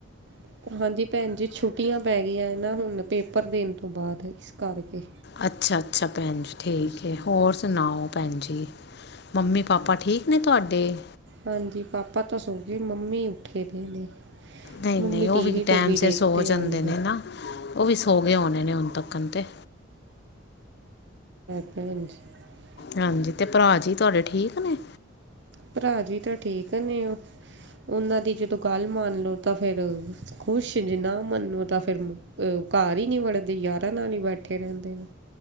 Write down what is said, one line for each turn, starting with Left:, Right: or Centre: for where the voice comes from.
Right: ਹਾਂ ਹਾਂਜੀ ਭੈਣ ਜੀ ਛੁੱਟੀਆਂ ਪੈ ਗਈਆਂ ਨਾ ਹੁਣ ਪੇਪਰ ਦੇਣ ਤੋਂ ਬਾਅਦ ਇਸ ਕਰਕੇ
Left: ਅੱਛਾ ਅੱਛਾ ਭੈਣ ਜ ਠੀਕ ਹੈ ਹੋਰ ਸੁਣਾਓ ਭੈਣ ਜੀ ਮੰਮੀ ਪਾਪਾ ਠੀਕ ਨੇ ਤੁਹਾਡੇ
Right: ਹਾਂਜੀ ਪਾਪਾ ਤਾਂੱਸੋ ਫ ਮੰਮੀ ਉੱਠੇ ਦੇ ਨੇ
Left: ਨਹੀਂ
Right: ਮੰਮੀ
Left: ਨਹੀਂ ਉਹ
Right: ਟੀਵੀ
Left: ਵੀ
Right: ਟੂਵੀ
Left: ਟੈਮ
Right: ਦੇਖਦੇ
Left: ਸਿਰ ਸੋ ਜਾਂਦੇ
Right: ਹੋਣਗੇ
Left: ਨੇ ਨਾ ਉਹ ਵੀ ਸੋ ਹਗੇ ਨੇ ਨੇੇ ਹੁੰਣ ਤੱਕਤੇ
Right: ਹਜੀ
Left: ਹਾਂਜੀ ਤੇ ਭਰਾ ਜੀ ਤੁਹਾਡੇ ਠੀਕ ਨੇ
Right: ਭਰਾਜੀ ਵੀ ਤਾਂ ਠੀਕ ਨੇ ਉਹ ਨਾਂ ਦੀ ਜਦੋਂ ਗੱਲ ਮੰਨਲੋ ਤਾਂ ਫਿਰ ਖੁਸ਼ ਜ ਨਾ ਮੰਨੋ ਤਾਂ ਫਿਰ ਘਰ ਹੀ ਨੀ ਵੜਦੇ ਯਾਰਾਂ ਨਾਲ ਹੀ ਬੈਠੇ ਰਹਿੰਦੇ ਨੇ